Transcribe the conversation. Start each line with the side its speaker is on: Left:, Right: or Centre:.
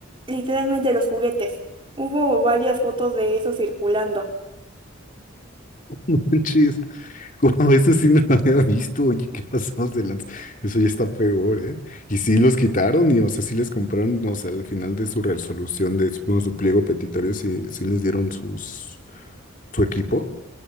Right: literalmente los juguetes. Hubo varias fotos de eso circulando.
Left: <laughs> No manches. <laughs> Wow, eso sí no lo había visto. Oye, qué pasados de lanza. Eso ya está peor, ¿eh? Y sí los quitaron y, o sea, sí les compraron, o sea, al final de su resolución de, supongo, su pliego petitorio, sí, sí les dieron sus, su equipo.